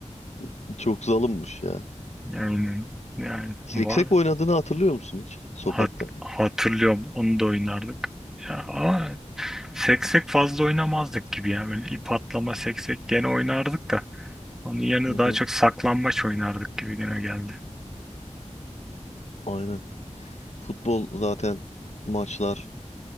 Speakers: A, on the left; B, in the centre.
A: <laughs> Çok zalimmiş ya.
B: yani yani
A: Siksek
B: var
A: oynadığını hatırlıyor musun hiç sokakta?
B: Hat, hatırlıyorum onu da oynardık ya ama seksek fazla oynamazdık gibi ya böyle ip atlama seksek gene oynardık da Onun yerine
A: Hı
B: daha
A: hı,
B: çok saklambaç oynardık gibi güne geldi.
A: aynen. Futbol zaten maçlar